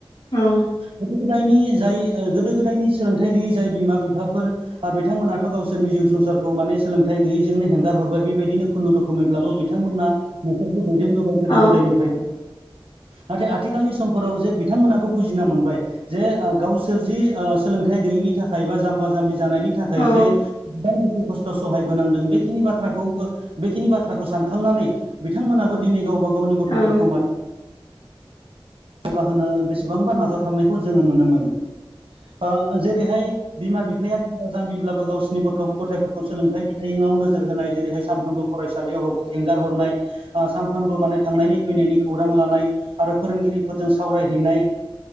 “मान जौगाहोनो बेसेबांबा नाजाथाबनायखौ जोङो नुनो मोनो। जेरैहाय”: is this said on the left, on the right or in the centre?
Right